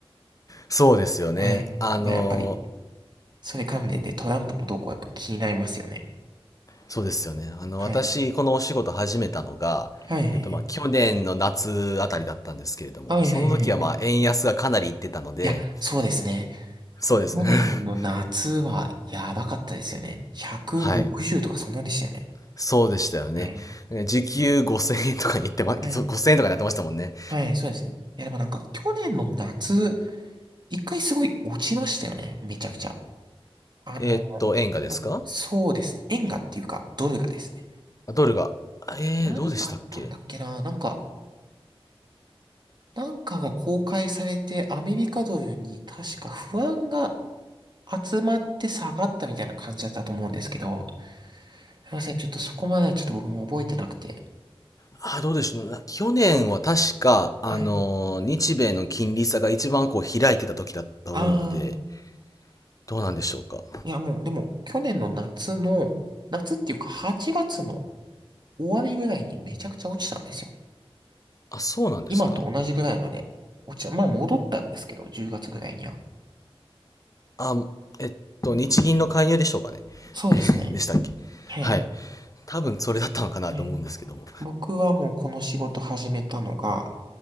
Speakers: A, on the left (about 35°); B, on the right (about 45°).
A: そうですよね。
B: はい。
A: あの、
B: いややっぱり、それ関連でトランプの動向はやっぱ気になりますよね。
A: そうですよね。あの、
B: はい。
A: 私、このお仕事始めたのが、
B: はい。
A: えっと、まあ、去年の夏あたりだったんですけれども、
B: はい。
A: その時はまあ、
B: はい。はい。はいはい
A: 円安がかなりいってたので、
B: いや、そうですね。
A: そうですね。
B: 去年の夏はやばかったですよね。
A: <laughs>
B: 160とかそんなんでしたよね。
A: はい。そうでしたよね。
B: はい。
A: え時給5000円とかに言ってま、
B: はい。
A: そう円とかになってましたもんね。
B: はい、そうですね。いや、でもなんか去年の夏、一回すごい落ちましたよね。めちゃくちゃ。あの、
A: えっと、円がですか
B: あそうです。円がっていうか、ドルがですね。
A: あドルが。えー、
B: 何があったんだっけな。
A: どうでしたっけ
B: なんか、なんかが公開されて、アメリカドルに確か不安が集まって下がったみたいな感じだったと思うんですけど、すいません、ちょっとそこまではちょっと僕も覚えてなくて。
A: あ、どうでしょう。な去年は確か、あのー日米の金利差が一番こう開いてた時だと思うので、
B: はい。ああ、
A: どうなんでしょうか。
B: いやもう、でも、去年の夏の、夏っていうか8月の終わりぐらいにめちゃくちゃ落ちたんですよ。
A: あ、そうなんですか。
B: 今と同じぐらいまで落ちた。まあ戻ったんですけど、10月ぐらいには。
A: あ、えっと、日銀の介入でしょうかね。
B: そうですね。
A: <laughs> でしたっけ。
B: はい。
A: はい。多分それだったのかなと思うんですけども。
B: はい。僕はもうこの仕事始めたのが